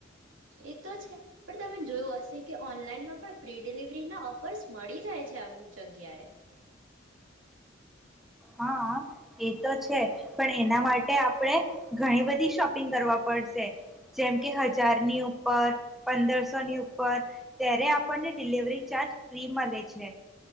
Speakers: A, on the right; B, in the centre.
A: એ તો છે પણ તમે જોયું હશે કે ઓનલાઈનમાં પણ ફ્રી ડિલિવરી ના ઓ ફર્સ મળી જાય છે અમુક જગ્યાએ.
B: હા એ તો છે પણ એના માટે આપણે ઘણી બધી શોપિંગ કરવા પડશે. જેમ કે હજારની ઉપર પંદરસોની ઉપર ત્યારે આપણને ડિલિવરી ચાર્જ ફ્રી મળે છે.